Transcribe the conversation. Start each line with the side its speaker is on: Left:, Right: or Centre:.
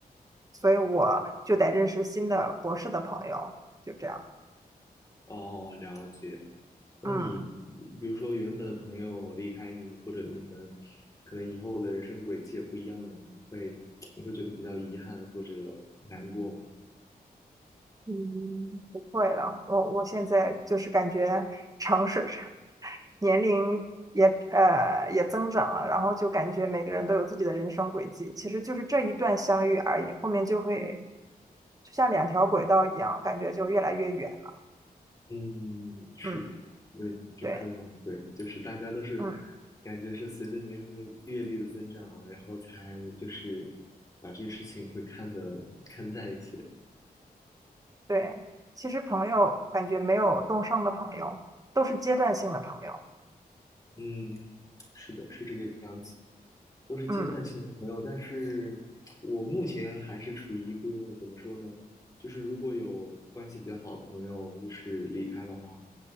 Right: 所以我就得认识新的博士的朋友，就这样，
Left: 哦，了解。那你
Right: 嗯，
Left: 比如说原本的朋友离开你，或者你们可能以后的人生轨迹也不一样了，你会你会觉得比较遗憾或者难过吗？
Right: 嗯，不会了，我我现在就是感觉尝试。年龄也呃也增长了，然后就感觉每个人都有自己的人生轨迹，其实就是这一段相遇而已，后面就会就像两条轨道一样，感觉就越来越远了
Left: 嗯，是的，
Right: 嗯，
Left: 对，你这个说法很对，
Right: 对，
Left: 就是大家都是
Right: 嗯，
Left: 感觉是随着年龄的阅历的增长，然后才就是把这些事情会看得看淡一些。
Right: 对，其实朋友感觉没有终生的朋友，都是阶段性的朋友。
Left: 嗯，是的，是这个样子，都是阶段性的朋友，
Right: 嗯，
Left: 但是我目前还是处于一个怎么说呢，就是如果有关系比较好的朋友就是离开的话，